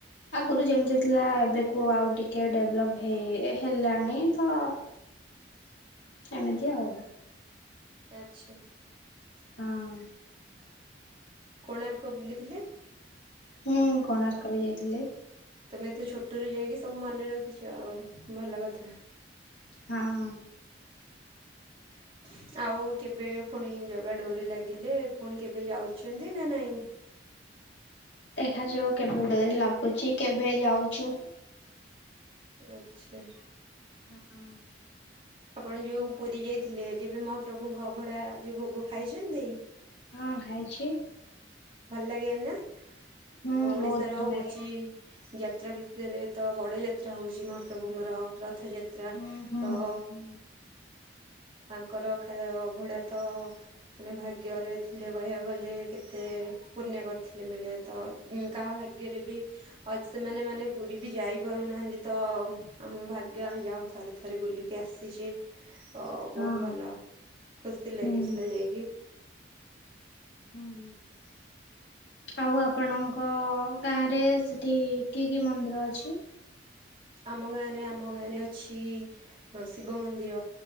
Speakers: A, on the left (about 80°); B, on the right (about 30°).
A: ଆଗରୁ ଯେମିତି ଥିଲା ଏବେକୁ ଆଉ ଟିକିଏ ଡେବଲପ୍ ହେଇ ହେଲାଣି ତ
B: <inaudible>
A: ଏମିତି ଆଉ।
B: ଆଚ୍ଛା।
A: ହଁ।
B: କୋଣାର୍କ ବୁଲି ଥିଲେ?
A: ହୁଁଁ କୋଣାର୍କ ବି ଯାଇଥିଲି।
B: ତମେ ଏତେ ଛୋଟରୁୁ ଯାଇକି ସବୁ ମନେ ରଖିଛ ଆଉ ଭଲ କଥା।
A: ହଁ।
B: <inaudible> ଆଉ କେବେ ପୁଣି ଜଗା ଡୋରି ଲାଗିଲେ ପୁଣି କେବେ ଯାଉଛନ୍ତି ନା ନାଇଁ?
A: ଦେଖାଯାଉ କେବେ ଡୋରି ଲାଗୁଛି କେବେ ଯାଉଛୁ।
B: ଆଚ୍ଛା।
A: ହଁ
B: ଆପଣ ଯୋଉ ପୁରୀ ଯାଇଥିଲେ କେବେ ମହାପ୍ରଭୁଙ୍କ ଅଭଡ଼ା ଯୋଉ ଭୋଗ ଖାଇଛନ୍ତି?
A: ହଁ ଖାଇଛି।
B: ଭଲ ଲାଗେ ନା
A: ହୁଁ
B: ଆମ ଓଡିଶାର
A: ବହୁତ ଭଲ
B: ହଉଛି
A: ଲାଗେ
B: ଯାତ୍ରା ଭିତରେ ତ ବଡ଼ ଯାତ୍ରା ହଉଛି ମହାପ୍ରଭୁଙ୍କର ରଥ ଯା ତ୍ରା
A: ହୁଁ ହୁଁ
B: ତ
A: ହୁଁ
B: ତାଙ୍କର ଖାଇଆ ଅଭଡ଼ା ତ ମାନେ ଭାଗ୍ୟରେ ଥିଲେ କହିବାକୁ ଗଲେ କେତେ ପୂଣ୍ୟ କରିଥିଲେ ମିଳେ ତ ହଁ କାହା ଭାଗ୍ୟରେ ବି ଅଛି ସେମାନେ ମାନେ ପୁରୀ ବି ଯାଇ ପାରୁନାହାନ୍ତି ତ ଆମ ଭାଗ୍ୟ ଆମେ ଯା ହଉ ଥରେ ଥରେ ବୁଲିକି ଆସିଚେ। ଅ
A: ହଁ
B: ବହୁତ ଭଲ ଖୁସି ଲାଗିଥିଲା
A: ହୁଁ
B: ଯାଇକି।
A: ହଁ। ଆଉ ଆପଣଙ୍କ ଗାଁରେ ସେଠି କି କି ମନ୍ଦିର ଅଛି?
B: ଆମ ଗାଁ ରେ ଆମ ଗାଁ ରେ ଅଛି ହଁ ଶିବ ମନ୍ଦିର,